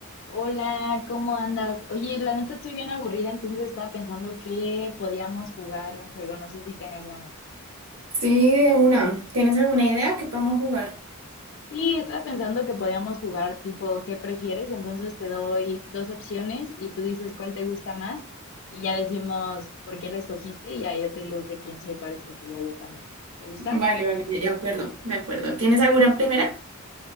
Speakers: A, on the left; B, on the right.
A: Hola, ¿cómo andas? Oye, la neta estoy bien aburrida, entonces estaba pensando que podíamos jugar un juego, no sé si tengas ganas.
B: Sí, de una. ¿Tienes alguna idea que podemos jugar?
A: Sí, estaba pensando que podíamos jugar tipo ¿qué prefieres? Entonces te doy dos opciones y tú dices cuál te gusta más y ya decimos por qué la escogiste y ya yo te digo qué pienso y cuál escogería yo también. ¿Te gusta?
B: Vale, vale, de acuerdo, de acuerdo. ¿Tienes alguna primera?